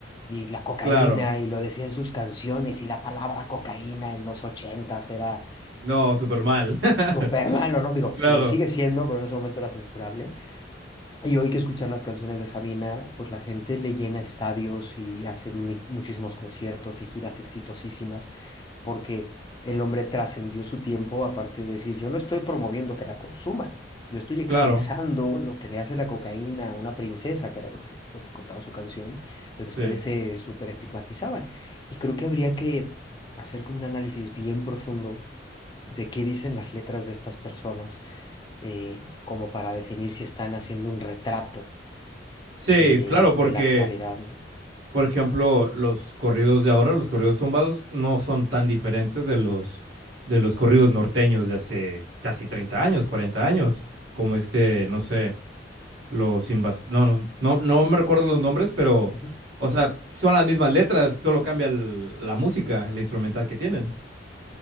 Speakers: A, on the left; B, on the right.
A: y la cocaína,
B: Claro,
A: y lo decía en sus canciones, y la palabra cocaína en los ochentas era
B: no, súper
A: pues,
B: mal. <laughs>
A: súper malo, ¿no? Digo,
B: Claro,
A: si lo sigue siendo, pero en ese momento era censurable. Y hoy que escuchar las canciones de Sabina, pues la gente le llena estadios y hace mi- muchísimos conciertos y giras exitosísimas, porque el hombre trascendió su tiempo a partir de decir, yo no estoy promoviendo que la consuman, yo estoy expresando
B: claro,
A: lo que le hace la cocaína a una princesa, que era lo que, lo que contaba su canción, pero
B: sí.
A: ustedes se súper estigmatizaban. Y creo que habría que hacer como un análisis bien profundo de qué dicen las letras de estas personas, eh, como para definir si están haciendo un retrato
B: Sí,
A: de,
B: claro, porque,
A: de la actualidad, ¿no?
B: por ejemplo, los corridos de ahora, los corridos tumbados, no son tan diferentes de los, de los corridos norteños de hace casi 30 años, 40 años, como este, no sé, los invas... No, no, no, no me recuerdo los nombres, pero,
A: Ujú.
B: o sea, son las mismas letras, solo cambia el- la música, la instrumental que tienen.